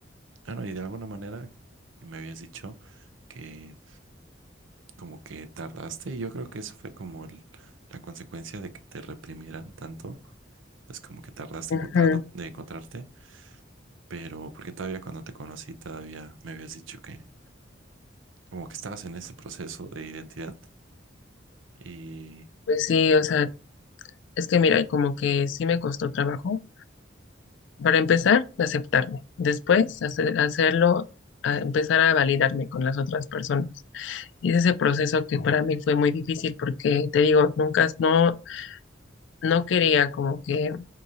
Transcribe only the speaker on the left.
Ujú.
Pues sí, o sea, es que mira, como que sí me costó trabajo. Para empezar, aceptarme. Después, hace- hacerlo, a empezar a validarme con las otras personas. Y es ese proceso que para mí fue muy difícil porque, te digo, nunca, no, no quería como que,